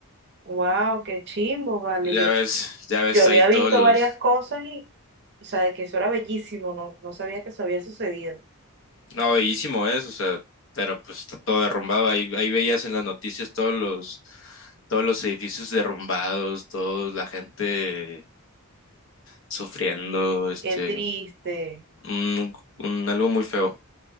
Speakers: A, on the right; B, on the left.
A: Wow, qué chimbo, vale.
B: Ya
A: Yo,
B: ves, ya ves
A: yo había
B: ahí
A: visto
B: todos los...
A: varias cosas y, o sea, de que eso era bellísimo, no, no sabía que eso había sucedido.
B: No, bellísimo es, o sea, pero pues está todo derrumbado. Ahí, ahí veías en las noticias todos los, todos los edificios derrumbados, toda la gente sufriendo, este,
A: Qué triste,
B: un, un- algo muy feo.